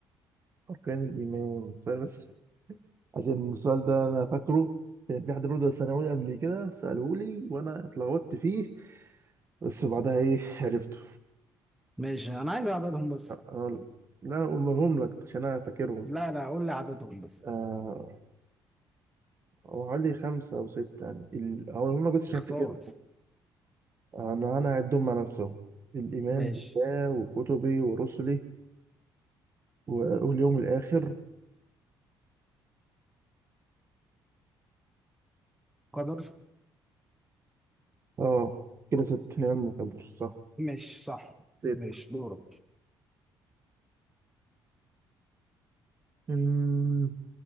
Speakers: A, on the right; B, in the centre.
A: أركان الإيمان سؤال بس عشان السؤال ده أنا فاكره كان في حد برضه ثانوي قبل كده سأله لي وأنا اتلخبطت فيه بس بعدها ايه عرفته
B: ماشي أنا عايز عددهم بس
A: آه، لا أنا أقولهم لك عشان أنا فاكرهم
B: لا لا قول لي عددهم بس
A: آه، هو حوالي خمسة أو ستة يعني ال- هقولهم لك بس عشان
B: اختار
A: أفتكرهم أنا أنا أعدهم مع نفسهم الإيمان
B: ماشي
A: بالله وكتبي ورسلي و- واليوم الآخر
B: قدر
A: آه كده ست نعم مكبر صح
B: ماشي صح
A: ست
B: ماشي دورك
A: أمم،